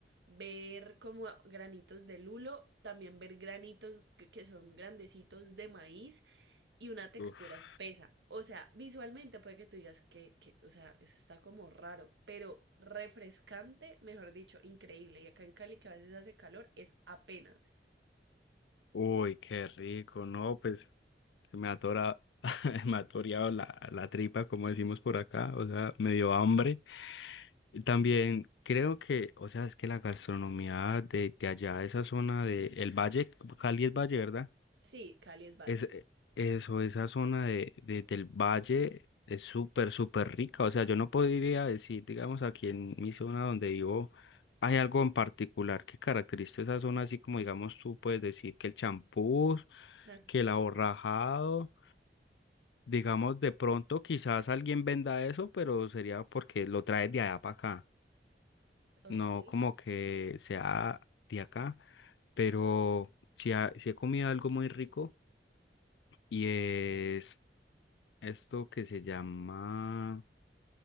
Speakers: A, on the right (about 80°); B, on the left (about 80°).
A: ver como granitos de lulo, también ver granitos que que son grandecitos de maíz y una textura
B: Uf.
A: espesa. O sea, visualmente puede que tú digas que, que, o sea, eso está como raro, pero refrescante, mejor dicho, increíble. Y acá en Cali, que a veces hace calor, es apenas.
B: Uy, qué rico, ¿no? Pues se me atora, <laughs> me ha toreado la, la tripa, como decimos por acá, o sea, me dio hambre. También creo que, o sea, es que la gastronomía de, de allá, de esa zona de el Valle, Cali es Valle, ¿verdad?
A: Sí, Cali es valle.
B: Es, eso, esa zona de, de- del Valle es súper, súper rica. O sea, yo no podría decir, digamos, aquí en mi zona donde vivo, hay algo en particular que caracteriza esa zona, así como, digamos, tú puedes decir que el champús,
A: Ah,
B: que el aborrajado. Digamos, de pronto quizás alguien venda eso, pero sería porque lo traes de allá para acá, no
A: ok,
B: como que sea de acá, pero si he comido algo muy rico y es esto que se llama,